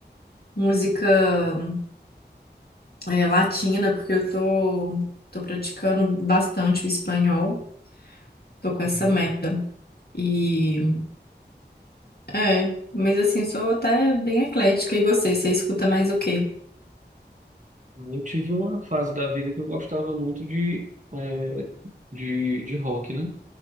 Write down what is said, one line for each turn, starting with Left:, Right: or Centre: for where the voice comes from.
Left: música. é, latina, porque eu tô, tô praticando bastante o espanhol, tô com essa
Right: Uhum.
Left: meta. E é, mas assim, eu sou até bem eclética. E você, você escuta mais o quê?
Right: Eu tive uma fase da vida que eu gostava muito de, eh, de, de rock, né?